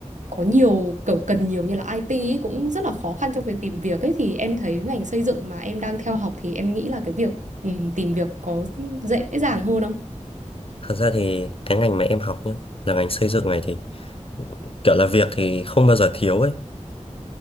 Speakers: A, on the right; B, on the left.
A: có nhiều kiểu cần nhiều như là IT ấy, cũng rất là khó khăn trong việc tìm việc ấy thì em thấy ngành xây dựng mà em đang theo học thì em nghĩ là cái việc ừ, tìm việc có dễ dàng hơn không?
B: thật ra thì cái ngành mà em học nhé là ngành xây dựng này thì kiểu là việc thì không bao giờ thiếu ấy